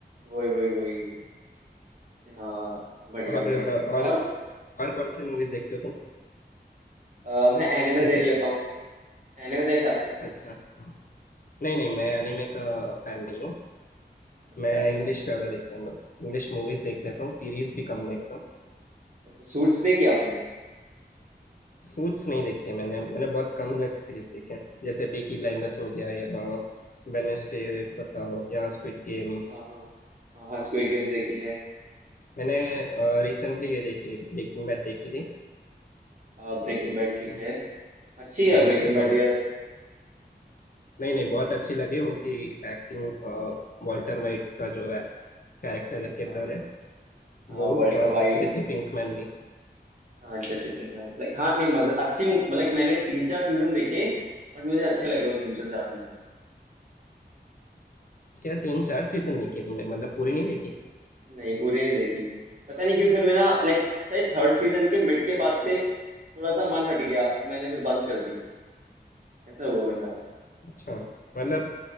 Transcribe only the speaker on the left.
और
अ, और
और कौन सी मूवीज देखते हो तुम
जैसे
अच्छा हम्म। नहीं नहीं मैं एनिमे का फैन नहीं हूँ
मैं
इंग्लिश
ज्यादा
देखता हूँ बस इंग्लिश मूवीज देख लेता हूँ सीरीज भी कम
देखता हूँ
सूट्स नहीं देखी है मैंने मैंने बहुत कम वेब सीरीज देखे हैं जैसे पीकी ब्लाइंडर्स हो गया या वेनेसडे
बताओ या स्क्विड गेम
मैंने रिसेंटली ये देखी थी ब्रेकिंग बैड देखी थी
हम्म,
हम्म,
मुझे बहुत
अच्छी
नहीं नहीं बहुत अच्छी लगी उनकी एक्टिंग वॉल्टर वाइट का जो है कैरेक्टर है किरदार
है
वो
और
जैसे पिंकमैन भी
क्या तीन चार सीजन देखी है तुमने मतलब पूरी नहीं देखी
अच्छा मतलब